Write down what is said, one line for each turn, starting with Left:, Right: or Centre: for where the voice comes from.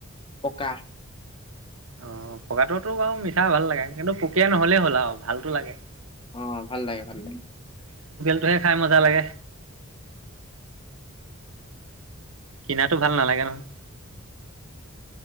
Left: পকা।
Right: অ' পকাটোতো বাৰু মিঠা ভাল লাগে। কিন্তু পোকীয়া নহ'লেই হ'ল আৰু ভালতো লাগে।
Left: অ' ভাল লাগে, ভাল লাগে।
Right: এটোহে খায় মজা লাগে। কিনা টো ভাল নালাগে নহয়।